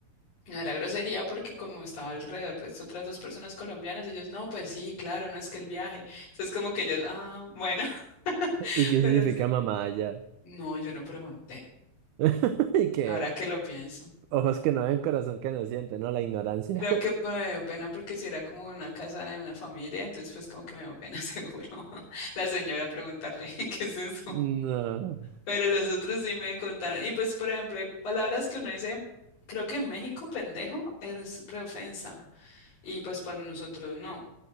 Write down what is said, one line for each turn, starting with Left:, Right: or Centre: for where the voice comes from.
Left: No era grosería porque como estaba alrededor, pues otras dos personas colombianas, ellos, no, pues sí, claro, no es que el viaje. Entonces como que ellos, ah, bueno, <laughs>
Right: ¿y qué
Left: pero
Right: significa
Left: sí.
Right: mamá allá?
Left: No, yo no pregunté.
Right: <laughs> Y que
Left: Ahora que lo pienso.
Right: ojos que no ven, corazón que no siente, ¿no? La ignorancia.
Left: Creo
Right: <laughs>
Left: que bueno, me dio pena porque si era como una casa de una familia, entonces pues como que me dio pena <laughs> seguro la señora preguntarle <laughs> qué es eso.
Right: No.
Left: Pero los otros sí me contaron. Y pues, por ejemplo, hay palabras que uno dice, creo que en México pendejo es reofensa. Y pues para nosotros no.